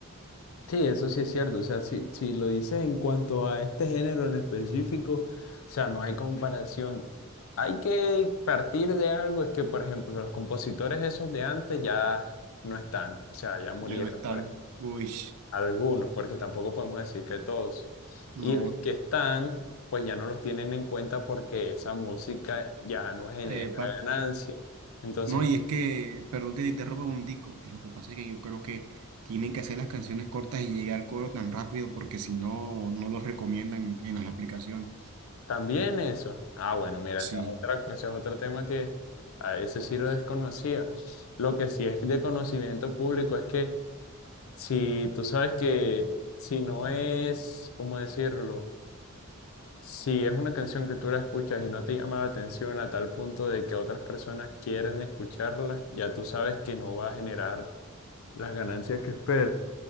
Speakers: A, on the left; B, on the right.
A: Sí, eso sí es cierto. O sea, si, si lo dices en cuanto a este género en específico, o sea, no hay comparación. Hay que partir de algo, es que, por ejemplo, los compositores esos de antes ya no están, o sea, ya murieron,
B: ya no están,
A: por-
B: uy,
A: algunos, porque tampoco podemos decir que todos.
B: no.
A: Y los que están, pues ya no los tienen en cuenta porque esa música ya no genera
B: Epa.
A: ganancia. Entonces,
B: No, y es que, perdón que te interrumpa un tico, es lo que pasa es que yo creo que tienen que hacer las canciones cortas y llegar al coro tan rápido porque si no, no los recomiendan en las aplicaciones.
A: También eso. Ah, bueno, mira,
B: Sí,
A: esa es otra, ese es otro tema que a veces sí lo desconocía. Lo que sí es de conocimiento público es que si tú sabes que si no es, ¿cómo decirlo? Si es una canción que tú la escuchas y no te llama la atención a tal punto de que otras personas quieren escucharla, ya tú sabes que no va a generar las ganancias que esperas.